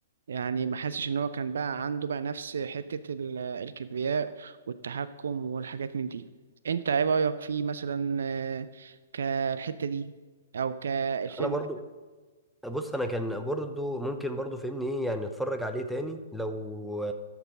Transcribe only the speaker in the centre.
انا برضو بص انا كان برضو ممكن برضو فاهمني ايه يعني اتفرج عليه تاني لو